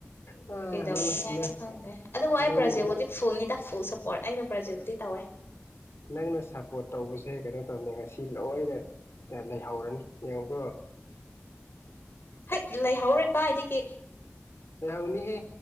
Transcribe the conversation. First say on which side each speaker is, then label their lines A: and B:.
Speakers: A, on the left; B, on the left.
A: ꯑ
B: ꯀꯩꯗꯧꯅꯤꯉꯥꯏꯅꯣ
A: ꯅꯪꯅ ꯅꯣꯏ
B: ꯈꯪꯗ꯭ꯔꯦ ꯑꯗꯨ ꯋꯥꯏ
A: ꯅꯣꯏꯅ
B: ꯕ꯭ꯔꯥꯖꯦꯜꯕꯨꯗꯤ ꯐꯨꯜꯅꯤꯗ ꯐꯨꯜ ꯁꯞꯄꯣꯔꯠ ꯑꯩꯅ ꯕ꯭ꯔꯥꯖꯤꯜꯕꯨꯗꯤ ꯇꯧꯋꯦ
A: ꯅꯪꯅ ꯁꯥ ꯄꯣꯠ ꯇꯧꯕꯁꯦ ꯀꯩꯅꯣ ꯇꯧꯅꯤ ꯉꯁꯤ ꯂꯣꯏꯅ ꯂꯩꯍꯧꯔꯅꯤ ꯌꯦꯡꯉꯨꯀꯣ
B: ꯍꯦꯛ ꯂꯩꯍꯧꯔꯣꯢ ꯀꯥꯏꯗꯒꯤ
A: ꯂꯩꯍꯧꯔꯅꯤꯍꯦ